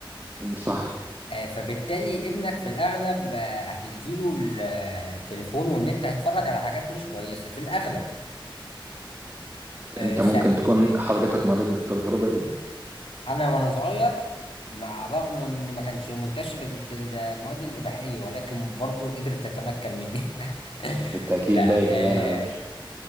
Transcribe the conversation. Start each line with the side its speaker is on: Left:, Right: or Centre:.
Right: صح
Left: آه، فبالتالي ابنك في الأغلب آه، هتديله التليفون والنت هيتفرج على حاجات مش كويسة في الأغلب آه،
Right: أنت
Left: سا-
Right: ممكن تكون حضرتك مريت بالتجربة دي
Left: أنا وأنا صغير مع رغم من إن ما كانش منتشر الت- المواد الإباحية ولكن برضو قدرت تتمكن مني <laughs>
Right: بالتأكيد
Left: لا
Right: باين
Left: آه،
Right: باين على وشك